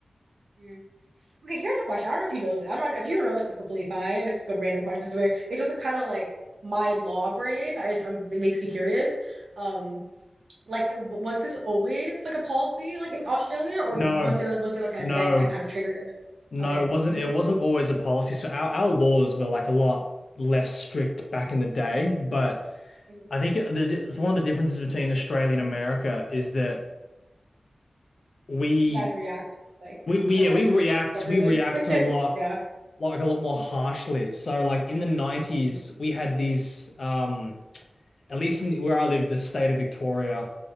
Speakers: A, on the right; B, on the left.
A: Mm, Okay, here's a question. I don't know if you know this. I'm not if you don't know this is completely fine. This is a random question. This very it's just kind of like my law brain. I, it's- um, it makes me curious. Um, like it, was this always like a policy like in Australia, or
B: No,
A: was there like was there like an
B: no,
A: event that kind of triggered it?
B: no,
A: Okay.
B: it wasn't
A: hmm
B: it wasn't always a policy. So our, our laws were like a lot less strict back in the day, but
A: hmm
B: I think the, it's one of the differences between Australia and America is that we,
A: You guys react like
B: we, we,
A: events
B: yeah, we react,
A: appropriately.
B: we react
A: <laughs>
B: a lot,
A: Yeah.
B: like a lot more harshly. So, like in the 90s,
A: Mm-hmm.
B: we had these, um, at least in, where I lived, the state of Victoria,